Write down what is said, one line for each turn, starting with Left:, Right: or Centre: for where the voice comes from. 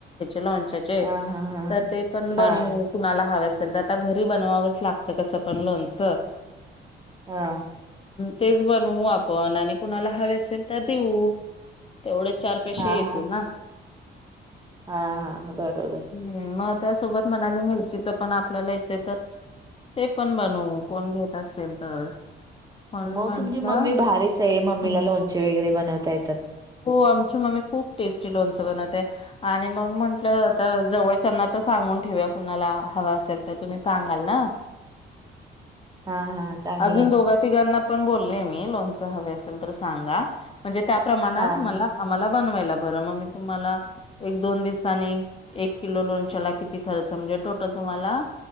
Left: लोणच्याचे
Right: हा हा
Left: तर ते पण
Right: हा
Left: बनवू
Right: हा.
Left: कुणाला हवे अस तर आता घरी बनवावंच लागत कसं पण लोणचं
Right: हा
Left: तेच बनवू आपण आणि कुणाला हवे असेल तर देऊ तेवढं चार पैशे
Right: हा
Left: येतील
Right: हा
Left: ना?
Right: हा हा बरोबर.
Left: हम्म मग त्या सोबत म्हणालो मिरचीचं पण आपल्याला इथे तर ते पण बनवू कोण घेत असेल तर म्हणून
Right: मग
Left: म्हंटलं
Right: तुमची मम्मी भारीच आहे मम्मीला
Left: हम्म.
Right: लोणचे वगैरे बनवता ये
Left: हो आमची मम्मी खूप टेस्टी लोण लोणच बनवते आणि मग म्हंटलं आता जवळच्याना तर सांगून ठेवूया कुणाला हव असेल तर तुम्ही सांगाल ना?
Right: हा हा चांगलंय
Left: अजून दोघा तिघांना पण बोलले मी लोनच हवे असेल तर सांगा म्हणजे त्या प्रमाणात
Right: हा.
Left: मला आम्हाला बनवायला बरं मग मी तुम्हाला एक दोन दिवसानी एक किलो लोनच्याला किती खर्च म्हणजे टोटल तुम्हाला